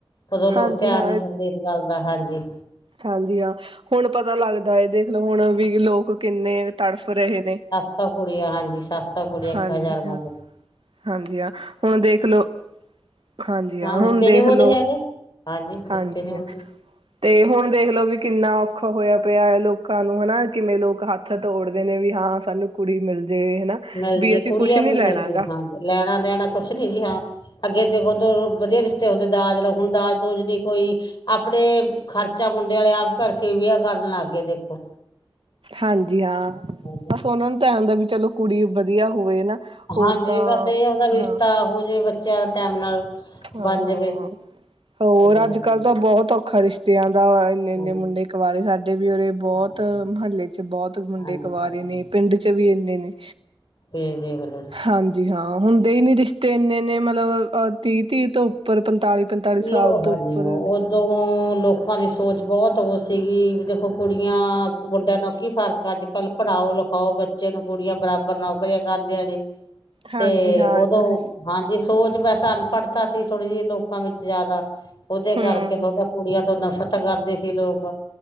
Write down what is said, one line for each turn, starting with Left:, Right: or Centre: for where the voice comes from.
Left: ਉਦੋਂ ਲੋਕ
Right: ਹਾਂਜੀ
Left: ਧਿਆਨ
Right: ਹਾਂ
Left: ਨੀ ਦਿੰਦੇ, ਇਸ ਗੱਲ ਦਾ ਹਾਂਜੀ
Right: ਹਾਂਜੀ, ਹਾਂ, ਹੁਣ ਪਤਾ ਲੱਗਦਾ ਹੈ, ਦੇਖ ਲਓ ਹੁਣ ਵੀ ਲੋਕ, ਕਿੰਨੇ ਤੜਫ ਰਹੇ ਨੇ।
Left: ਸੋ ਕੁੜੀਆ, ਹਾਂਜੀ ਸਸਤਾ ਕੁੜੀ ਇੱਕ
Right: ਹਾਂਜੀ
Left: ਹਜ਼ਾਰ ਮਤ
Right: ਹਾਂ ਹਾਂਜੀ, ਹਾ, ਹੁਣ ਦੇਖਲੋ, ਹਾਂਜੀ- ਹਾਂ, ਹੁਣ
Left: ਰਿਸ਼ਤੇ ਨੀ
Right: ਦੇਖਲੋ
Left: ਹੋ ਰਹੇ ਹੈਗੇ ਹਾਂਜੀ ਹੁਣ
Right: ਹਾਂਜੀ-ਹਾਂ,
Left: ਰਿਸ਼ਤੇ ਨੀ ਹੁੰਦੇ
Right: ਤੇ, ਹੁਣ ਦੇਖਲੋ ਵੀ ਕਿੰਨਾ ਔਖਾ ਹੋਇਆ ਪਿਆ ਹੈ ਲੋਕਾਂ ਨੂੰ, ਹੈਨਾ ਕਿਵੇਂ ਲੋਕ ਹੱਥ ਤੋੜਦੇ ਨੇ ਵੀ ਹਾਂ ਸਾਨੂੰ ਕੁੜੀ ਮਿਲ ਜੇ ਹਨਾ
Left: ਮਿਲ
Right: ਵੀ
Left: ਜੇ
Right: ਅਸੀਂ
Left: ਕੁੜੀਆਂ
Right: ਕੁਛ
Left: ਵੀ
Right: ਲੈਣਾ
Left: ਨੀ ਮਿਲਦੀ,
Right: ਗਾ
Left: ਹਾਂਜੀ। ਲੈਣਾ-ਦੇਣਾ ਕੁਛ ਨੀ ਜੀ, ਹਾਂ। ਅੱਗੇ ਦੇਖੋਦ ਵਧੀਆ ਰਿਸ਼ਤੇ ਹੁਦੇ ਦਾਜ ਲੋ, ਹੁਣ ਦਾਜ-ਦੂਜ ਨੀ ਕੋਈ ਆਪਣੇ ਖਰਚਾ ਮੁੰਡੇ ਵਾਲੇ ਆਪ ਕਰਕੇ, ਵਿਆਹ ਕਰਨ ਲੱਗ ਗਏ ਦੇਖੋ।
Right: ਹਾਂਜੀ, ਹਾਂ,
Left: ਹਾਂਜੀ
Right: ਬਸ ਉਹਨਾਂ ਨੂੰ ਤਾਂ ਐ ਹੁੰਦਾ ਵੀ, ਚਲੋ ਕੁੜੀ ਵਧੀਆ ਹੋਵੇ ਨਾ ਹੋਰ
Left: ਹਾਂਜੀ,
Right: ਤਾਂ
Left: ਬਸ ਇਹ ਉਹਦਾ ਰਿਸ਼ਤਾ
Right: ਹਾਂ
Left: ਹੋ ਜਾਵੇ, ਬੱਚਿਆਂ ਟਾਈਮ ਨਾਲ।
Right: ਹਾਂ,
Left: ਬਣ
Right: ਹਾਂ।
Left: ਜਾਵੇ
Right: ਹੋਰ
Left: ਹਾਂਜੀ ਹਾਂਜੀ
Right: ਅੱਜ-ਕੱਲ ਤਾਂ ਬਹੁਤ ਔਖਾ ਰਿਸ਼ਤਿਆਂ ਦਾ, ਇੰਨੇ-ਇੰਨੇ
Left: ਹਾਂਜੀ
Right: ਮੁੰਡੇ ਕਵਾਰੇ ਸਾਡੇ ਵੀ ਉਰੇ ਬਹੁਤ
Left: ਹਾਂਜੀ
Right: ਮੁਹੱਲੇ'ਚ ਬਹੁਤ ਮੁੰਡੇ
Left: ਹਾਂਜੀ
Right: ਕੁਵਾਰੇ
Left: ਹਾਂਜੀ ਹਾਂਜੀ
Right: ਨੇ ਪਿੰਡ 'ਚ ਵੀ ਇੰਨੇ ਨੇ।
Left: ਹੂੰ ਹੂੰ।
Right: ਹਾਂਜੀ ਹਾਂ ਹੁੰਦੇ ਹੀ ਨੀ ਰਿਸ਼ਤੇ ਇੰਨੇ ਇਨੇ ਮਤਲਬ ਤੀਹ ਤੀਹ ਤੋਂ ਉੱਪਰ ਪੰਤਾਲੀ ਪੰਤਾਲੀ
Left: ਲੋ
Right: ਸਾਲ ਤੋਂ
Left: ਹਾਂਜੀ
Right: ਉੱਪਰ
Left: ਹਾਂ
Right: ਨੇ
Left: ਉਦੋਂ ਲੋਕਾਂ ਦੀ ਸੋਚ ਬਹੁਤ ਉਹ ਸੀਗੀ ਵੀ ਦੇਖੋ, ਕੁੜੀਆਂ, ਮੁੰਡਿਆਂ ਨੂੰ ਕੀ ਫਰਕ ਅੱਜ-ਕਲ ਪੜਾਓ, ਲਿਖਾਓ ਬੱਚੇ ਨੂੰ, ਕੁੜੀਆਂ ਬਰਾਬਰ ਨੌਕਰੀਆਂ ਕਰਦੀਆਂ ਜੇ।
Right: ਹਾਂਜੀ
Left: ਤੇ,
Right: ਹਾਂ ਇਹ
Left: ਉਦੋਂ
Right: ਤਾਂ ਹੈ
Left: ਹਾਂਜੀ ਸੋਚ ਵੈਸੇ ਅਨਪੜ੍ਹਤਾ ਸੀ ਥੋੜ੍ਹੀ ਜਿਹੀ ਲੋਕਾਂ ਵਿੱਚ ਜ਼ਿਆਦਾ, ਉਹਦੇ
Right: ਹੂੰ
Left: ਕਰਕੇ ਥੋੜਾ ਕੁੜੀਆਂ ਤੋਂ ਨਫ਼ਰਤ ਕਰਦੇ ਸੀ ਲੋਕ,